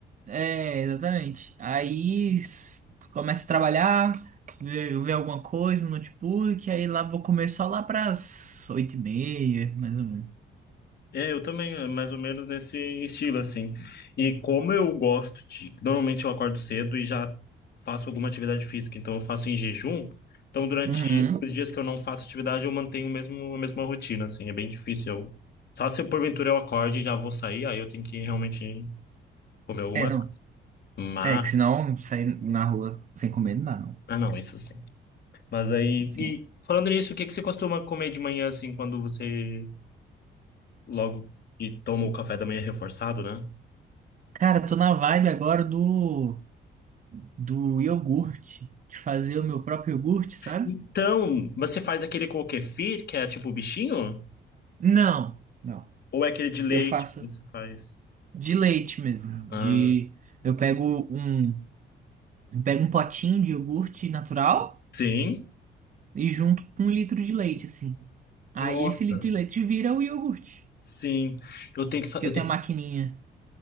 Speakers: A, on the right; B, on the left.
A: É, exatamente. Aí s- começo a trabalhar, ver, ver alguma coisa no notebook, aí lá vou comer só lá pras oito e meia, mais ou menos.
B: É, eu também, é mais ou menos nesse estilo, assim. E como eu gosto de. Normalmente eu acordo cedo e já faço alguma atividade física, então eu faço em jejum. Então, durante
A: Uhum.
B: os dias que eu não faço atividade, eu mantenho o mesmo, a mesma rotina, assim. É bem difícil. Eu... Só se porventura eu acorde e já vou sair, aí eu tenho que realmente comer alguma
A: É, não.
B: coisa. Mas.
A: É, que senão sair na rua sem comer não dá, não.
B: Ah, não, isso sim. Mas aí.
A: Sim.
B: E falando nisso, o que que você costuma comer de manhã, assim, quando você logo que toma o café da manhã reforçado, né?
A: Cara, eu tô na vibe agora do, do iogurte. De fazer o meu próprio iogurte, sabe?
B: Então, você faz aquele com o kefir, que é tipo o bichinho?
A: Não, não.
B: Ou é aquele de leite
A: Eu faço
B: que você faz?
A: de leite mesmo.
B: Ah,
A: De, eu pego um, eu pego um potinho de iogurte natural
B: sim?
A: e junto com um litro de leite, assim. Aí
B: Nossa,
A: esse litro de leite vira o iogurte.
B: sim. Eu tenho que fazer.
A: que eu tenho a maquininha.